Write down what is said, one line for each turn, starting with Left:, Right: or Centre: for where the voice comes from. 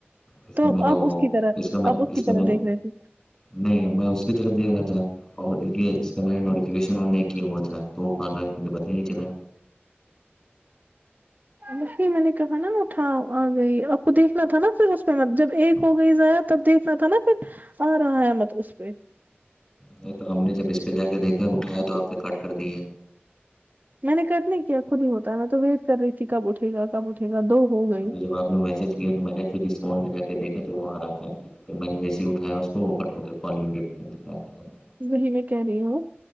Left: اس
Right: تو
Left: کا میں نے
Right: آپ
Left: وہ
Right: اس کی طرح
Left: کا میں
Right: آپ اس کی
Left: کا
Right: طرح
Left: میں نے
Right: دیکھ رہے تھے
Left: نہیں میں اس کی طرف دیکھ رہا تھا اور یہ اس کانے نوفیشن ان نہیں کیا ہوا تھا تو آن لائن ہے مجھے پتا ہی نہیں چلا
Right: وہی میں نے کہا نا اٹھاو آ گئی آپ کو دیکھنا تھا نا پھر اس کا ہے جب ایک ہو گئی ضائع تب دیکھ تھا نا پھر آ رہا ہے مت اس پہ
Left: نہیں تو ہم نے جب اس پے جا کے دیکھا اٹھایا تو آپ نے کٹ دیے
Right: میں نے کرنے کیا خود ہی ہوتا ہے میں تو ویٹ کر رہی تھی کب اٹھے گا کب اٹھے گا دو ہو گئی
Left: اس کے بعد میں میسج کیا تو میں نے فتیس فون میں جا کے دیکھے تو وہاں رہا تھا تو میں نے جیسے اٹھایا اس کو وہ کٹ ہو گے <unintelligible>
Right: وہی میں کہہ رہی ہوں